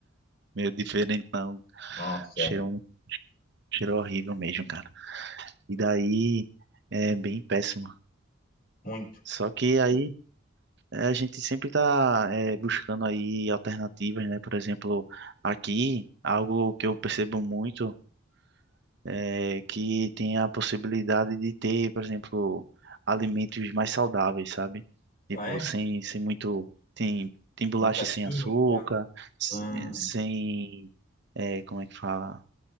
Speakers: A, on the right; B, on the left.
A: meio diferentão.
B: Nossa,
A: Cheiro,
B: é.
A: um cheiro horrível mesmo, cara. E daí, é bem péssimo.
B: Muito.
A: Só que aí... É, a gente sempre está buscando aí alternativas, né? Por exemplo, aqui, algo que eu percebo muito é que tem a possibilidade de ter, por exemplo, alimentos mais saudáveis, sabe? Tipo,
B: Ah, é?
A: sem, sem muito. Tem, tem bolacha
B: Muita
A: sem
B: química.
A: açúcar, se-
B: Hum.
A: eh, sem. é, como é que fala?